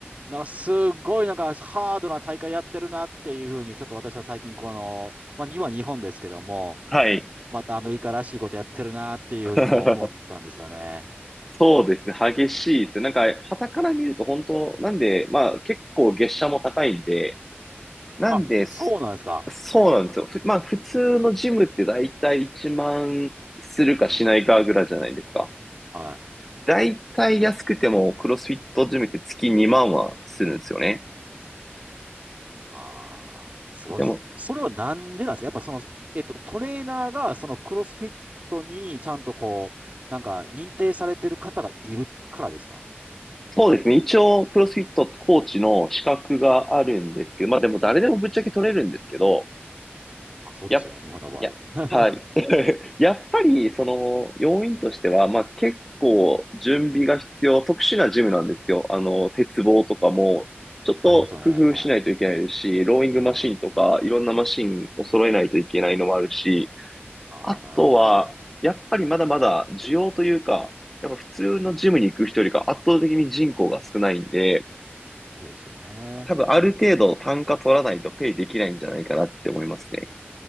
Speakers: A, on the right; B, in the centre.
A: なんかすごいなんかハードな大会やってるなっていうふうに、ちょっと私は最近この、まあ今日本ですけども、
B: はい。
A: またアメリカらしいことやってるなっていうふうにこう思ったんですよね。
B: <laughs> そうですね。激しいですね。なんか、傍から見ると本当、なんで、まあ結構月謝も高いんで、なんです、
A: あ、そうなんですか。
B: そうなんですよ。ふまあ普通のジムって大体1万するかしないかぐらいじゃないですか。
A: うん。はい。
B: だいたい安くてもクロスフィットジムって月2万はするんですよね。
A: ああ、すごいですね。
B: でも、
A: それはなんでなんですかやっぱその、えっと、トレーナーがそのクロスフィットにちゃんとこう、なんか認定されてる方がいるからですか
B: そうですね。一応、クロスフィットコーチの資格があるんですけど、まあでも誰でもぶっちゃけ取れるんですけど、
A: あ、そうですよね。
B: やっ、
A: 日本の場合は。
B: や、はい。<laughs> やっぱり、その、要因としては、まあ結構準備が必要、特殊なジムなんですよ。あの、鉄棒とかも、
A: うん。
B: ちょっと工夫しないといけないですし、
A: ありますよね。はい。
B: ローイングマシンとか、
A: あ
B: いろんなマシンを揃えないといけないのもあるし、
A: あ、
B: あとは、
A: なるほど。
B: やっぱりまだまだ需要というか、やっぱ普通のジムに行く人よりか圧倒的に人口が少ないんで、
A: うん。そうですよね。
B: 多分ある程度単価取らないとペイできないんじゃないかなって思いますね。